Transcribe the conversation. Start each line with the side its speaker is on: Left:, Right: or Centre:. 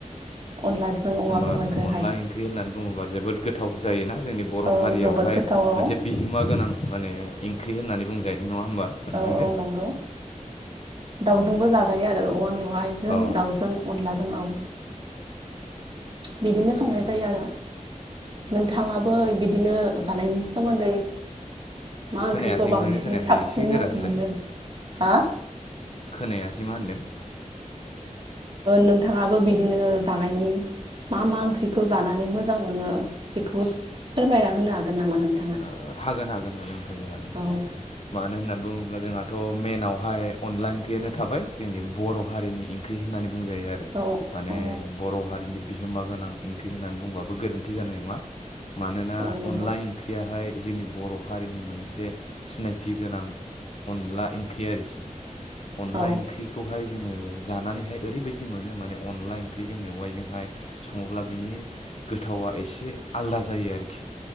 Right: अनलाजों औवा
Left: जेनबा
Right: मेवाइखौहाय
Left: अनला ओंख्रि होननानै बुङोबा जोबोद गोथाव जायोना? जोंनि बर'
Right: ओ
Left: हारियावहाय
Right: जोबोद गोथाव औ
Left: मोनसे बिहोमा गोनां माने ओंख्रि होननानै बुंजायो। बे नङा होमबा नोंथांजों
Right: औ औ नंगौ दाउजोंबो जाजायो आरो औवा मेवाइजों
Left: औ
Right: दाउजों-' अनला औ। बिदिनो संनाय
Left: ओरैनो
Right: जायो आरो। नोंथाङाबो बिदिनो जानायनि सोमोन्दै मा
Left: खोनायासै
Right: ओंख्रिखौ
Left: नोंथांजो
Right: बांसिन
Left: खोनायासै
Right: साबसिन
Left: एसे गोरा होनलाय
Right: मोनो? हा
Left: खोनायासै मा होनदों?
Right: नोंथाङाबो बिदिनो जानायनि मा मा ओंख्रिखौ जानानै मोजां मोनो बेखौ फोरमायना होनो हागोन नामा नोंथाङा?
Left: ओ हागोन हागोन हागोनोंथांजो हागोन।
Right: औ
Left: मानो होननानै बुङोब्ला जोंहाथ' मेनावहाय अनला ओंख्रियानो थाबाय जोंनि बर' हारिनि ओंख्रि होननानै बुं बुंजायो आरो
Right: औ
Left: माने
Right: औ
Left: बर' हारिनि बिहोमा गोनां ओंख्रि होननानै बुंबाबो गोरोन्थि जानाय नङा मानोना
Right: औ नंगौ
Left: अनला ओंख्रियाहाय जोंनि बर' हारिनि मोनसे सिनायथि गोनां अनला ओंख्रि आरोखि। अनला
Right: औ
Left: ओंख्रिखौहाय जोङो जानानैहाय ओरैबायदि मोनो माने अनला ओंख्रिजों मेवाइजोंहाय सङोब्ला बिनि-' गोथावा एसे आलदा जायो आरोखि